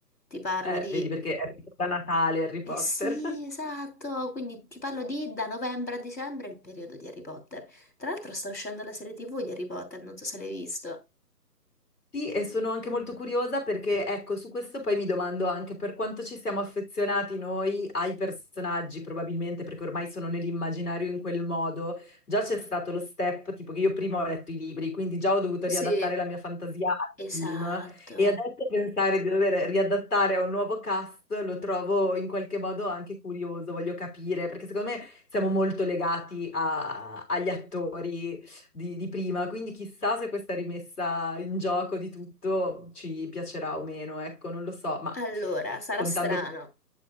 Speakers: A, on the left; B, on the left.
A: Ti parlo
B: Eh,
A: di...
B: vedi perché è da Natale Harry
A: Eh
B: Potter.
A: sì,
B: <laughs>
A: esatto, quindi ti parlo di da novembre a dicembre il periodo di Harry Potter. Tra l'altro sta uscendo la serie TV di Harry Potter, non so se l'hai visto.
B: Sì, e sono anche molto curiosa perché, ecco, su questo poi mi domando anche per quanto ci siamo affezionati noi ai personaggi, probabilmente perché ormai sono nell'immaginario in quel modo. Già c'è stato lo step, tipo che io prima ho letto i libri, quindi già ho dovuto
A: Sì,
B: riadattare la mia fantasia al
A: Esatto.
B: film e adesso pensare di dover riadattare a un nuovo cast lo trovo in qualche modo anche curioso, voglio capire, perché secondo me siamo molto legati a- agli attori di, di prima, quindi chissà se questa rimessa in gioco di tutto ci piacerà o meno, ecco, non lo so, ma
A: Allora, sarà
B: contando,
A: strano,